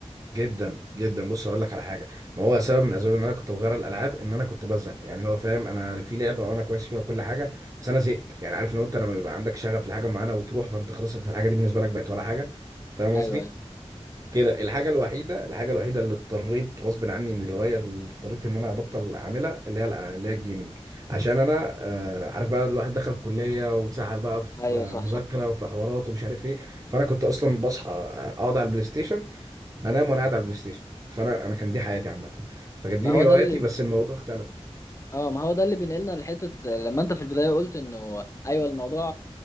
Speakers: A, on the right; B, on the left.
A: جدا جدا بص هقول لك على حاجه ما هو سبب من اسباب ان انا كنت بغير الالعاب ان انا كنت بزهق يعني اللي هو فاهم انا في لعبه وانا كويس فيها كل حاجه بس انا زهقت يعني عارف لو انت لما بيبقى عندك شغف لحاجه معينه وتروح فانت خلاص أنت الحاجه دي بالنسبه لك بقت ولا حاجه فاهم قصدي
B: ايوه ايوه
A: كده الحاجه الوحيده الحاجه الوحيده اللي اضطريت غصب عني من الهوايه اللي اضطريت ان انا ابطل اعملها اللي هي الأ- اللي هي الجيمنج عشان انا آه عارف بقى الواحد دخل كليه واتسحل بقى في
B: ايوه
A: آه،
B: صح
A: مذاكره
B: صح
A: وفي حوارات ومش عارف ايه فانا كنت اصلا بصحى آه، اقعد على البلاي ستيشن هنام وانا قاعد على البلاي ستيشن فانا انا كان دي حياتي عامه فكانت
B: ما
A: دي
B: هو
A: هواياتي
B: ده اللي
A: بس الموضوع اختلف
B: اه ما هو ده اللي بينقلنا لحته لما انت في البدايه قلت انه ايوه الموضوع